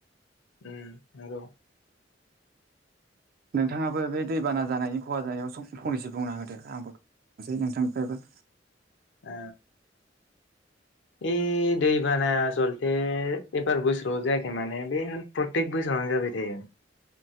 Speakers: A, on the left; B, on the right.
A: उम नंगौ।
B: नोंथाङाबो बे दैबाना जानायनि खहा जानायाव फंनैसो बुंना होदो आंबोसै नोंथांनिफ्रायबो
A: ओ ए दैबाना आसलथे एबार बोसोरावल' जायाखै माने बे प्रतेक बोसोरावनो जाबाय थायो।